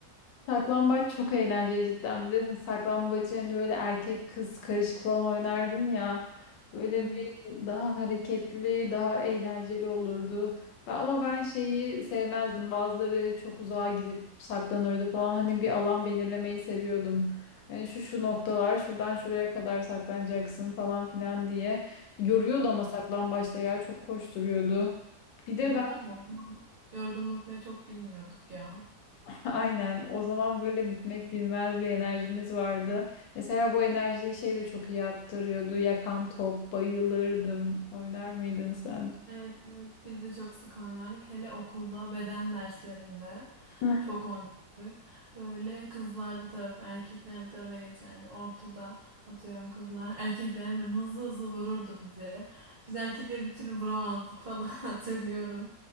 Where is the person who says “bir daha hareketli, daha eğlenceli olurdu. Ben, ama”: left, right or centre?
Left